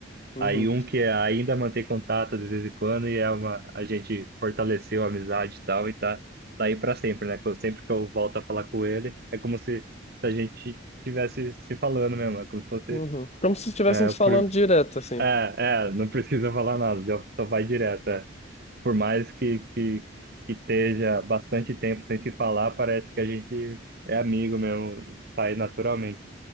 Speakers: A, on the left (about 35°); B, on the right (about 55°).
A: Uhum,
B: Aí um que é, ainda mantém contato de vez em quando e é uma, a gente fortaleceu a amizade e tal, e tá, tá aí pra sempre, né? Quando- Sempre que eu volto a falar com ele, é como se, se a gente estivesse se falando mesmo, é como se fosse.
A: uhum. Como se estivessem
B: É,
A: te
B: o
A: falando
B: prim-
A: direto, assim.
B: é, é, não precisa falar nada, já só vai direto. é por mais que, que, que esteja bastante tempo sem se falar, parece que a gente é amigo mesmo, sai naturalmente.